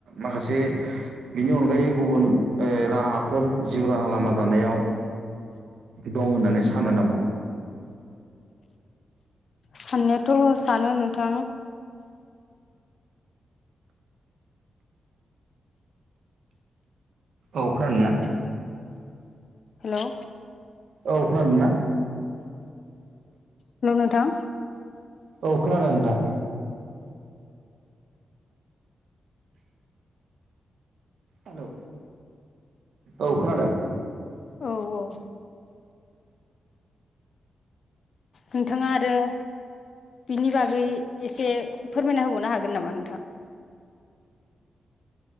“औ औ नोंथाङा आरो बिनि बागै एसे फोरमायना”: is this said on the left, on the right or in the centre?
Left